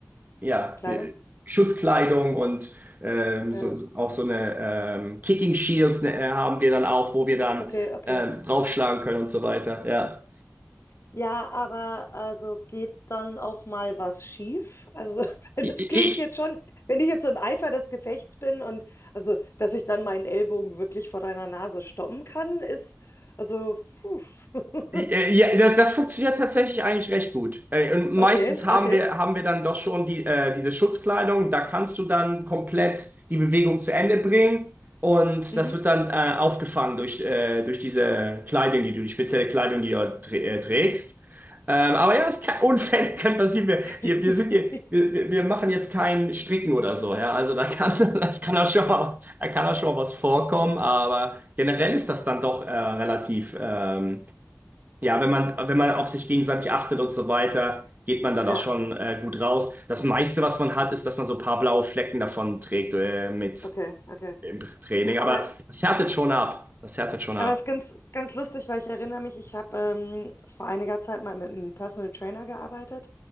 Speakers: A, on the right; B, on the left.
A: ja,
B: Kleidung.
A: Be- Schutzkleidung und ähm,
B: Ja.
A: so, so- auch so eine ähm, Kicking Shields ne, äh, haben wir dann auch, wo wir dann
B: Okay, okay.
A: äh, draufschlagen können und so weiter. Ja.
B: Ja, aber also geht dann auch mal was schief? Also, <laughs> weil
A: I-
B: das
A: i-
B: klingt jetzt schon, wenn ich jetzt so im Eifer des Gefechts bin und also, dass ich dann meinen Ellbogen wirklich vor deiner Nase stoppen kann, ist also, puh. <laughs>
A: Äh, Ja, da- das funktioniert tatsächlich eigentlich recht gut. Äh, Und meistens
B: Okay,
A: haben
B: okay.
A: wir, haben wir dann doch schon die, äh, diese Schutzkleidung. Da kannst du dann komplett die Bewegung zu Ende bringen. Und
B: Mhm.
A: das wird dann äh, aufgefangen durch, äh, durch diese Kleidung, die du, die spezielle Kleidung, die du dort trä- äh, trägst. Ähm, aber ja, es kann, <laughs> Unfälle können passieren. Wir,
B: <laughs>
A: wir, wir sind hier, wir, wir wir machen jetzt kein Stricken oder so. Ja? Also da kann, <laughs> das kann auch schon mal, da kann auch schon mal was vorkommen. Aber generell ist das dann doch äh, relativ. Ähm, ja, wenn man, wenn man auf sich gegenseitig achtet und so weiter, geht man dann
B: Ja,
A: auch schon äh, gut raus. Das meiste, was man hat, ist, dass man so ein paar blaue Flecken davon trägt äh, mit
B: Okay, okay.
A: im Training.
B: Aber,
A: Aber das härtet schon ab. Das härtet schon
B: aber
A: ab.
B: es ist ganz, ganz lustig, weil ich erinnere mich, ich habe ähm, vor einiger Zeit mal mit einem Personal Trainer gearbeitet